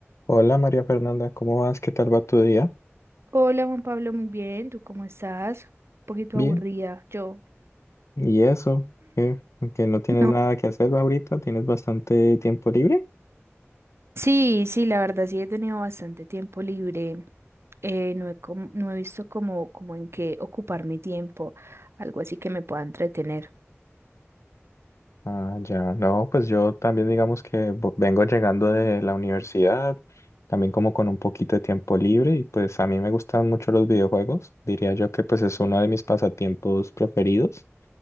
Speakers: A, on the left; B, on the right.
A: Hola María Fernanda, ¿cómo vas? ¿Qué tal va tu día?
B: Hola Juan Pablo, muy bien, ¿tú cómo estás? Un poquito
A: Bien.
B: aburrida, yo.
A: ¿Y eso? ¿Qué? ¿Que no tienes
B: No,
A: nada que hacer ahorita? ¿Tienes bastante tiempo libre?
B: Sí, sí, la verdad sí he tenido bastante tiempo libre. eh, no he, com- no he visto como, como en qué ocupar mi tiempo, algo así que me pueda entretener.
A: Ah, ya, no, pues yo también digamos que vo- vengo llegando de la universidad, también como con un poquito de tiempo libre y pues a mí me gustan mucho los videojuegos, diría yo que pues es uno de mis pasatiempos preferidos